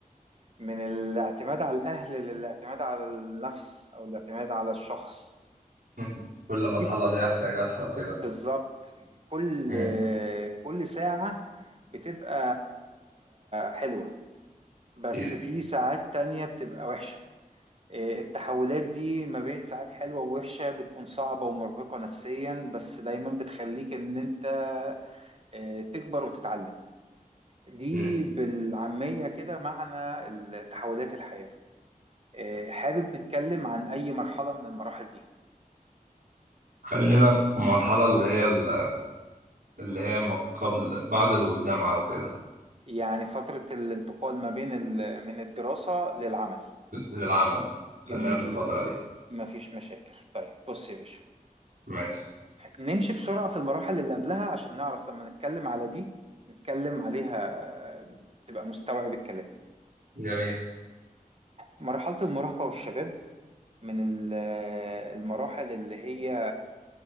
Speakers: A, on the right; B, on the right.
A: من الاعتماد على الأهل للاعتماد على النفس أو الاعتماد على الشخص
B: مم. كل مرحلة
A: دي
B: ليها احتياجاتها وكده
A: بالظبط كل
B: مم.
A: كل ساعة بتبقى حلوة بس
B: أكيد.
A: في ساعات تانية بتبقى وحشة إيه، التحولات دي ما بين ساعات حلوة ووحشة بتكون صعبة ومرهقة نفسيا بس دايما بتخليك إن أنت إيه، تكبر وتتعلم دي
B: مم.
A: بالعامية كده معنى التحولات الحياة آه، حابب نتكلم عن أي مرحلة من المراحل دي
B: خلينا في المرحلة اللي هي ال- اللي هي ما قبل بعد الجامعة وكده
A: يعني فترة الانتقال ما بين ال- من الدراسة للعمل
B: للعمل
A: جميل
B: خلينا في الفترة دي
A: مفيش مشاكل طيب بص يا باشا
B: ماشي
A: نمشي بسرعة في المراحل اللي قبلها عشان نعرف لما نتكلم على دي نتكلم عليها تبقى مستوعب الكلام
B: جميل
A: مرحلة المراهقة والشباب من ال- المراحل اللي هي